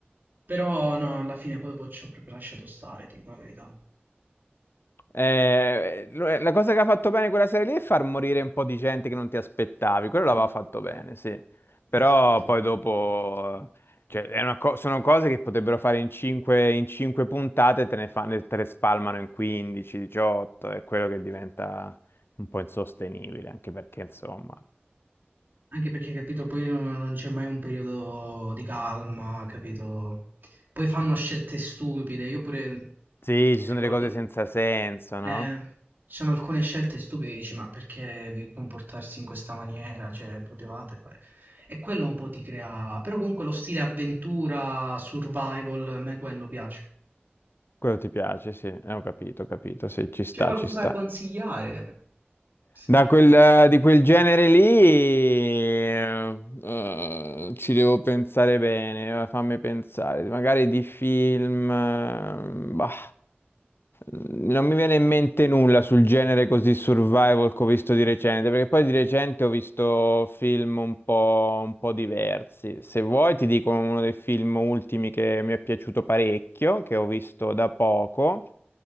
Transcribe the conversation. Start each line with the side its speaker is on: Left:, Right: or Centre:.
Right: però no, alla fine poi dopo ci ho proprio lasciato stare, dico la verità.
Left: Eh, lo- eh, la cosa che ha fatto bene quella serie lì è far morire un po' di gente che non ti aspettavi, quello l'aveva fatto bene, sì. Però
Right: Eh, Esatto.
Left: poi dopo, cioè, è una co- sono cose che potrebbero fare in 5, in cinque puntate, te ne fanno, te le spalmano in 15, 18, è quello che diventa un po' insostenibile, anche perché insomma,
Right: Anche perché, capito, poi non non c'è mai un periodo di calma, capito? Poi fanno scelte stupide, io pure non
Left: sì, ci sono
Right: ricordo.
Left: delle cose senza senso, no?
Right: Eh, ci sono alcune scelte stupide, dici, ma perché vi comportarsi in questa maniera? Cioè, potevate fare... E quello un po' ti crea... Però comunque lo stile avventura, survival, a me quello piace.
Left: Quello ti piace, sì, eh, ho capito, ho capito, sì, ci sta,
Right: C'è qualcosa
Left: ci sta.
Right: da consigliare? Sempre
Left: Da quel,
Right: quella.
Left: di quel genere lì, eh, eh, ci devo pensare bene, eh, fammi pensare, magari di film, eh, bah. Mm, Non mi viene in mente nulla sul genere così survival che ho visto di recente, perché poi di recente ho visto film un po', un po' diversi. Se vuoi ti dico uno dei film ultimi che mi è piaciuto parecchio, che ho visto da poco.